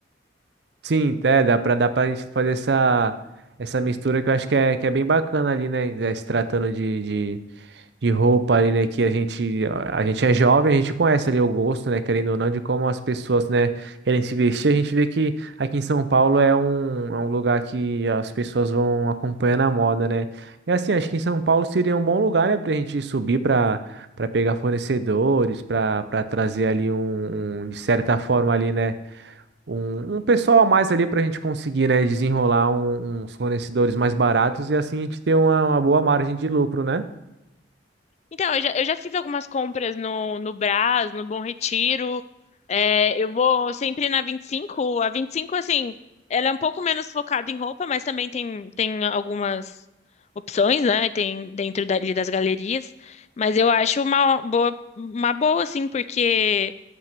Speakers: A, on the right; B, on the left.
A: Sim, é, dá pra, dá pra gente fazer essa, essa mistura que eu acho que é, que é bem bacana ali, né? eh, Se tratando de, de, de roupa ali, né, que a gente, a gente é jovem, a gente conhece ali o gosto, né, querendo ou não, de como as pessoas, né, querem se vestir. A gente vê que aqui em São Paulo é um, é um lugar que as pessoas vão acompanhando a moda, né. E assim, acho que em São Paulo seria um bom lugar, né, pra gente subir pra, pra pegar fornecedores, pra, pra trazer ali um, um, de certa forma ali, né, um, um pessoal a mais ali pra gente conseguir, né, desenrolar um- uns fornecedores mais baratos e assim a gente ter uma uma boa margem de lucro, né?
B: Então, eu já, eu já fiz algumas compras no, no Brás, no Bom Retiro. É, eu vou sempre na 25. A 25, assim, ela é um pouco menos focada em roupa, mas também tem, tem algumas opções, né? Tem dentro dali das galerias. Mas eu acho uma boa, uma boa assim, porque